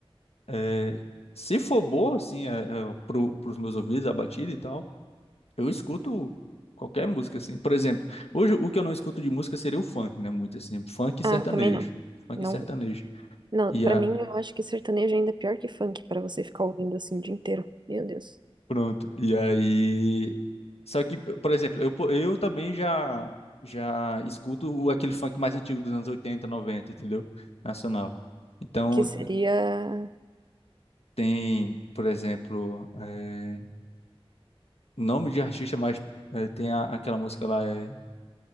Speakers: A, on the left; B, on the right.
A: é, se for boa, assim, é, é, pro, pros meus ouvidos, a batida e tal. Eu escuto qualquer música, assim. Por exemplo, hoje o que eu não escuto de música seria o funk, né? Muito assim, funk e
B: Ah,
A: sertanejo.
B: também não.
A: Funk
B: Não,
A: e sertanejo.
B: não,
A: E
B: pra
A: a...
B: mim, eu acho que sertanejo ainda é pior que funk, pra você ficar ouvindo assim o dia inteiro. Meu Deus.
A: Pronto. E aí. Só que, por exemplo, eu, po- eu também já já escuto o- aquele funk mais antigo dos anos 80, 90, entendeu? Nacional. Então,
B: Que seria...
A: tem, por exemplo, eh, nome de artista, mas eh, tem a- aquela música lá. é,